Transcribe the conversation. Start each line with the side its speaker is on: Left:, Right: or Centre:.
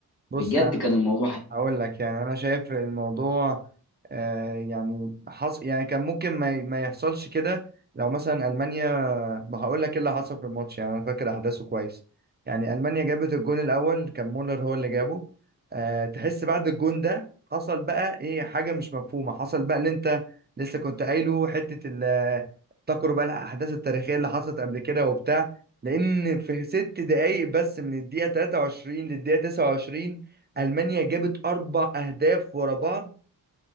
Right: بص
Left: بجد
Right: انا
Left: كان الموضوع
Right: هقول لك يعني انا شايف الموضوع آه يعني حص... يعني كان ممكن ما, ي- ما يحصلش كده لو مثلا المانيا ما هقول لك ايه اللي حصل في الماتش يعني انا فاكر احداثه كويس يعني المانيا جابت الجون الاول كان مولر هو اللي جابه أه تحس بعد الجون ده حصل بقى ايه حاجه مش مفهومه حصل بقى اللي انت لسه كنت قايله حته ال- افتكروا بقى الاحداث التاريخيه اللي حصلت قبل كده وبتاع لان في ست دقايق بس من الدقيقه 23 للدقيقه 29 المانيا جابت اربع اهداف ورا بعض